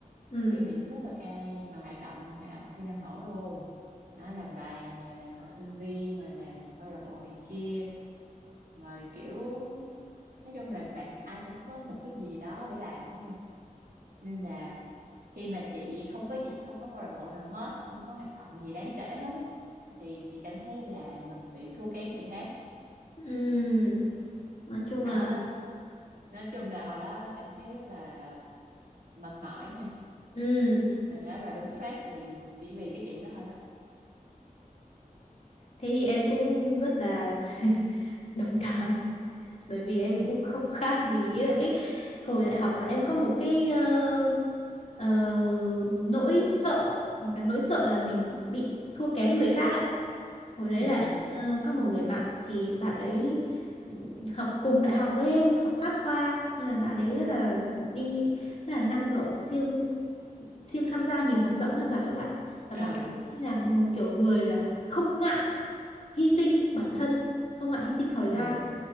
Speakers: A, on the left; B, on the right.
A: ừ
B: kiểu điểm rất là cao nha nhưng mà hoạt động hoạt động siêu năng nổ luôn đó làm đoàn nè làm học sinh viên rồi làm câu lạc bộ này kia rồi kiểu nói chung là bạn ai cũng có một cái gì đó để làm hiểu không nên là khi mà chị không có gì không có câu lạc bộ nào hết không có hoạt động gì đáng kể hết á thì chị cảm thấy là mình bị thua kém người khác
A: ừ nói chung
B: đó
A: là
B: nói chung là hồi đó cảm thấy rất là mệt mỏi nha
A: ừ
B: hồi đó là đúng stress vì chỉ vì cái chuyện đó thôi đó
A: thế thì em cũng rất là <laughs> đồng cảm bởi vì em
B: <laughs>
A: cũng không khác gì nghĩa là cái hồi đại học là em có một cái ờ, ờ, nỗi sợ một cái nỗi sợ là mình bị thua kém người khác á hồi đấy
B: ừ
A: là em ờ, có một người bạn thì bạn đấy ừ, học cùng đại học với em học khác khoa nhưng là bạn ấy rất là đi rất là năng nổ siêng siêng tham gia nhiều hoạt động ấy và các bạn và
B: ừ
A: bạn ấy là một kiểu người là không ngại hy sinh bản thân không ngại hy sinh thời
B: ừ
A: gian